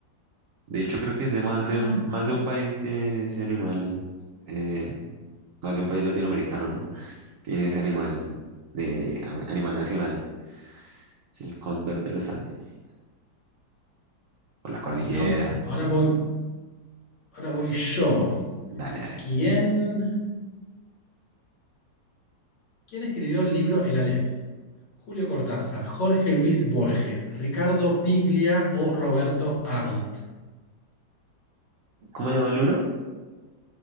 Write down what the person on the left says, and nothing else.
Ah,
bueno, ahora voy, ahora
voy
yo.
¿Quién, quién escribió el libro El Aleph? Julio Cortázar, Jorge Luis Borges, Ricardo Piglia o Roberto Arlt.